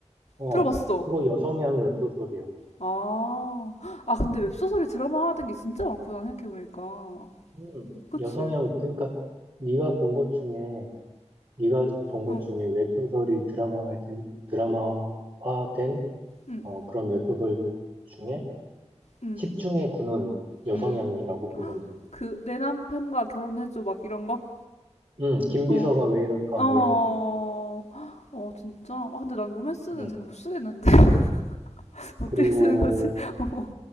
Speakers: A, on the right (about 50°); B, on the left (about 70°).
A: 어,
B: 들어봤어.
A: 그거 여성향 웹소설이야.
B: 아, 아, 근데 웹소설이 드라마 하던 게 진짜 많구나, 생각해보니까.
A: 음,
B: 그치?
A: 여성향 그러니까 네가 본 것 중에 네가 본 것
B: 어,
A: 중에 웹소설이 드라마화 된 드라마화된
B: 응,
A: 어, 그런 웹소설 중에
B: 응,
A: 십 중에 구는 여성향이라고
B: 응.
A: 보면 돼.
B: 그, 내 남편과 결혼해줘, 막 이런 거?
A: 음, 김비서가
B: 어,
A: 왜 이럴까
B: 어,
A: 뭐 이런 거.
B: 어, 진짜? 아, 근데 난 로맨스는
A: 음.
B: 잘 못 쓰겠는데. <laughs> 어떻게
A: 그리고
B: 쓰는 거지? <laughs> 어.